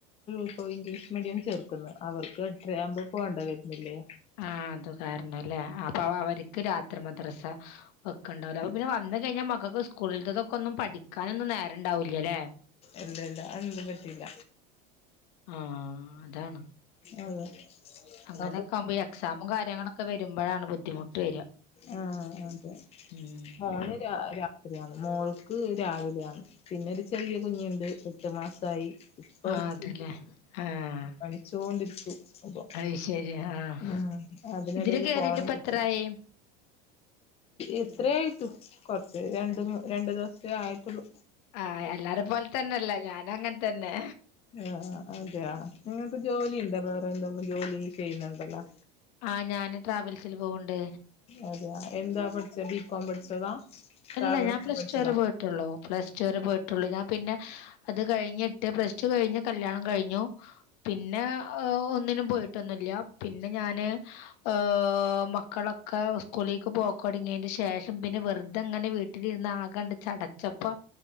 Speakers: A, on the left; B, on the left.
A: ഇപ്പോ ഇംഗ്ലീഷ് മീഡിയം ചേർക്കുന്നു അവർക്ക് <unintelligible> പോണ്ട വരുന്നില്ലേ
B: ആ അത് കാരണംല്ലേ അപ്പൊ അവർക്ക് രാത്രി മദ്രസ വെക്കണ്ടാവില്ല അ പിന്നെ വന്ന കഴിഞ്ഞാ മക്കക്ക് സ്കൂളിലത്തതൊക്കെന്നും പഠിക്കാനൊന്നും നേരം ഉണ്ടാവൂല്ലല്ലേ
A: ഇല്ല ഇല്ല അതന്നും പറ്റില്ല
B: ആ അതാണ്
A: ആ അതെ
B: അങ്ങനെയൊെകുമ്പോ
A: അപ്പൊ
B: എക്സാമും കാര്യങ്ങളൊക്കെ വരുമ്പോഴാണ് ബുദ്ധിമുട്ട് വര
A: ആ അതെ
B: ഉം
A: മോന് രാ രാ ശരിയാണ് മോൾക്ക് രാവിലെയാണ് പിന്നെരു ചെറിയ കുഞ്ഞുണ്ട് എട്ട് മാസായി ഇപ്പറത്ത്
B: ആഹ് അതല്ലേ ആഹ്
A: പഠിച്ചോണ്ടിരിക്കും അപ്പൊ
B: അത് ശരി ആഹ്
A: ആ അതിനിടയില്
B: ഇതില് കേറിട്ട്
A: ഫോണ്
B: ഇപ്പ
A: എടുക്കും
B: എത്രായി
A: എത്രേയിട്ടും കൊറച്ച് രണ്ട രണ്ടു ദിവസത്തേ ആയിട്ടുള്ളു
B: ആ എല്ലാരും പോലെ തന്നെല്ലെ ഞാനും അങ്ങനെ തന്നെ
A: ആ അതെയ നിങ്ങൾക്ക് ജോലിണ്ടോ വേറെ എന്തങ്കിലും ജോലി ചെയ്യുന്നുണ്ടല്ലോ
B: ആ ഞാന് ട്രാവൽസിൽ പോവ്ണ്ട്
A: അതെ എന്താ പഠിച്ച ബികോം പഠിച്ചതാ ട്രാവൽസ്
B: അല്ല ഞാൻ പ്ലസ്
A: പഠിച്ചതാ
B: ടു വരെ പോയിട്ടുള്ളൂ പ്ലസ് ടു വരെ പോയിട്ടുള്ളൂ ഞാൻ പിന്നെ അത് കഴിഞ്ഞ്ട്ട് പ്ലസ് ടു കഴിഞ്ഞ് കല്യാണം കഴിഞ്ഞു പിന്നെ ഒന്നിനും പോയിട്ടൊന്നുല്ല പിന്നെ ഞാന് ആ മക്കളൊക്കെ സ്കൂളിലേക്ക് പോക്ക് തുടങ്ങിയതിന് ശേഷം പിന്നെ വെറതെ ങ്ങനെ വീട്ടിലിരുന്ന് ആകാണ്ട് ചടച്ചപ്പോ